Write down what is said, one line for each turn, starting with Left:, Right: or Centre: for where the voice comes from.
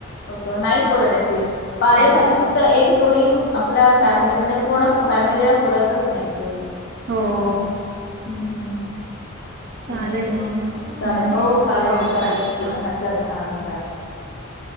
Left: होतो नाही पूरत ॲच्युली पाले भाजी-
Right: पुरत
Left: एक जोडी आपल्या फॅमिली म्हणजे पूर्ण फॅमिलीला पुरतचं नाही ॲक्च्युली.
Right: हो
Left: असं हम्म हम्म. हम्म
Right: चालेल
Left: ठीक आहे
Right: मग
Left: चालेलं
Right: हम्म
Left: हो चालेलं चालेलं
Right: चालेल
Left: ओके
Right: हां
Left: हा चालेल हा बाय. रिकामा ऑडिओ